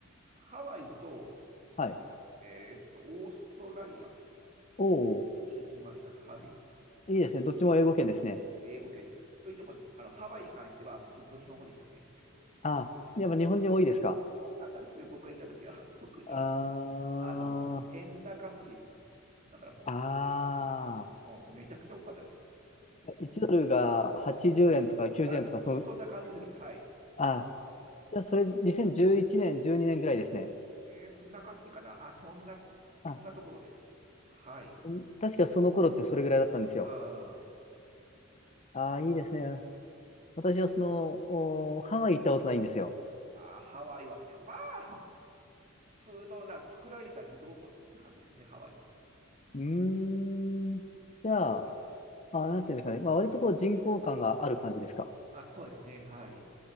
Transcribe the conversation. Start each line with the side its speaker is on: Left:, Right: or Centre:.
Right: ハワイと、
Left: はい。
Right: えーっと、オーストラリア
Left: おお、
Right: に行きましたね。はい。
Left: いいですね。どっちも英語圏ですね。
Right: 英語圏で。といっても、あの、ハワイに関してはもうずっと日本語でしたね。
Left: ああ、やっぱ日本人多いですか
Right: 多かったですね、僕が行った時は。<laughs> もう特に、
Left: あー、
Right: あの、円高の時でしたかね。だからも
Left: あ
Right: う、もうめちゃくちゃ多かったです。
Left: ー、
Right: もう
Left: 1ドルが80円とか90円とか、
Right: あ、
Left: その、
Right: そ、そんな感じの時です。はい。
Left: あ、じゃあそれ2011年、12年ぐらいですね。
Right: えー、そんな感じかな。あ、そんな、
Left: あ、
Right: そんなところです。はい。
Left: うん確かその頃ってそれぐらいだったんですよ。
Right: あ
Left: ああ、
Right: ー、なるほど、
Left: いいですね。
Right: なるほど。
Left: 私はその、おハワイ行ったことないんですよ。
Right: あー、ハワイは、でもまあ、普通のな、作られたリゾート地って感じですね、ハワイって。
Left: うーん。じゃあ、あ、なんていうんですかね。まあ、割とこう人工感がある感じですか。
Right: あ、そうですね。はい。